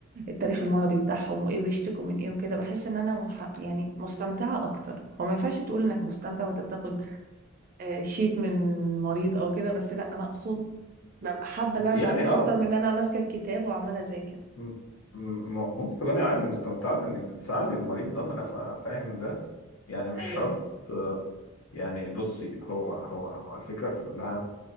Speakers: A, on the right; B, on the left.
A: التاريخ المرضي بتاعهم وايه بيشتكوا من ايه وكده بحس ان انا متح... يعني مستمتعة اكتر هو ما ينفعش تقول انك مستمتع وانت بتاخد آه، شيت من مريض او كده بس لا انا اقصد ببقى حابة
B: يعني
A: اللي انا بعمله
B: اه
A: اكتر من ان انا ماسكة الكتاب وعمالة اذاكر
B: م- م- ممكن تكوني عادي مستمتعة بإنك بتساعدي المريض ده ما أنا فا- فاهم ده يعني مش
A: ايوه
B: شرط آه، يعني بصي هو هو هو الفكرة كلها